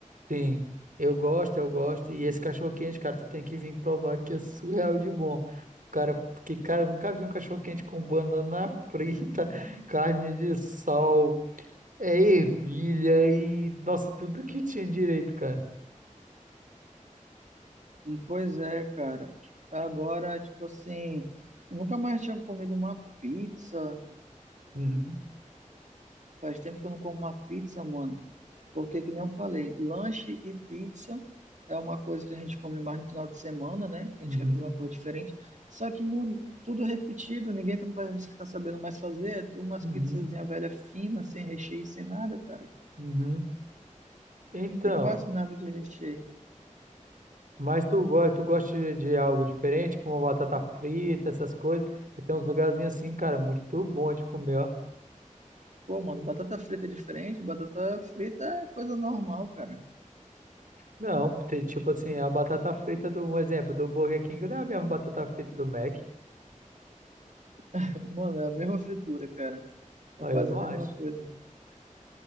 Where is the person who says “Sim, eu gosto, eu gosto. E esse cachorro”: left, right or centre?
Right